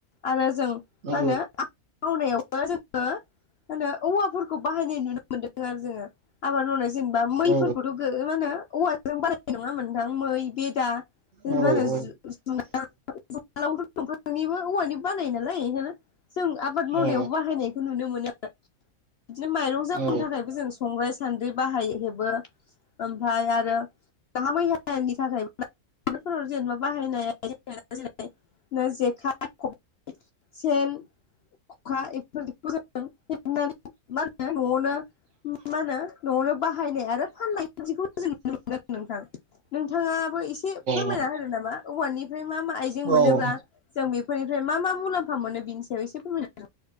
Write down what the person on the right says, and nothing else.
औ
औ
औ
औ
औ
औ
औ
औ
औ